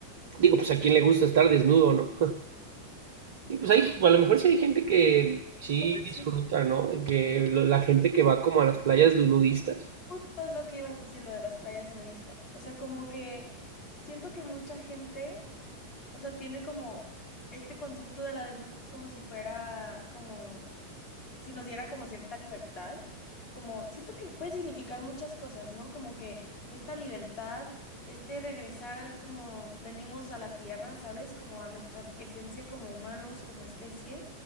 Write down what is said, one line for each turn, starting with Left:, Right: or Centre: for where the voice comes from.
Right: digo, pues a quién le gusta estar desnudo, ¿no? Y pues ahí, a lo mejor sí hay gente que sí
Left: Bueno,
Right: disfruta,
Left: sí.
Right: ¿no? Que lo- la gente que va como a las playas de nudistas.
Left: Justo es lo que iba a decir, lo de las playas nudistas. O sea, como que siento que mucha gente, o sea, tiene como este concepto de la desnudez como si fuera como si nos diera como cierta libertad, como siento que puede significar muchas cosas, ¿no? Como que esta libertad, este regresar al como venimos a la tierra, ¿sabes? Como a nuestra esencia como humanos, como especie.